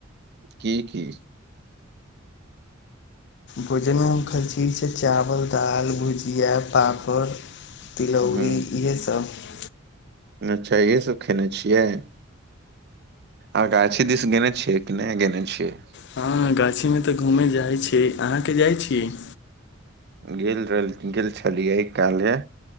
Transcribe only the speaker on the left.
भोजन खै च छै चावल दालि भुजिया पापड़ तिलौरी
इएहसभ <unintelligible>
हँ गाछीमे तऽ घूमै जाइ छी अहाँके जाइ छी <inaudible>